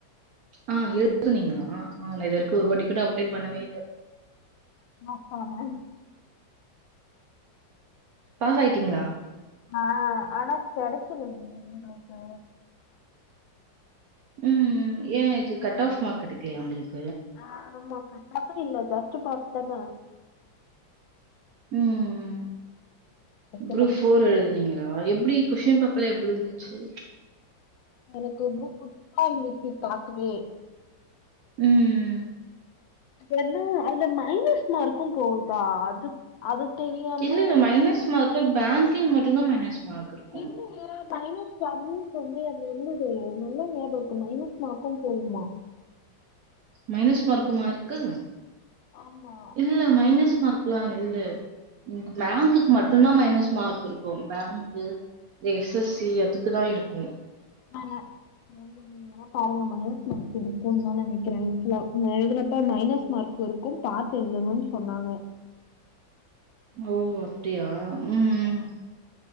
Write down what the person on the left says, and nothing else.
பாஸான
ஆ ஆனா கெடைக்கலிங்க எங்ளுக்கு
ஆ ஆமா கட் ஆஃப் இல்ல ஜாஸ்ட் பாஸ்தான
இல்ல
எனக்கு எதோ புதுசா இருந்துச்சு பாக்கவே
என்ன அந்த மைனஸ் மார்க்கு போகுதா அது அது தெரியாம
இல்லைங்க மைனஸ் பண்ணு சொல்லி அதுல இருந்துதே நல்லா ஞாபக இருக்கு மைனஸ் மார்க்கும் போகுமா
ஆமா
ஆமா <unintelligible> பாருங்க மைனஸ் மார்க் இருக்கு தா நெனைக்கிற அக்சுலா நா எழுதுனப்ப மைனஸ் மார்க் இருக்கு பாத்து எழுதணுன் சொன்னாங்க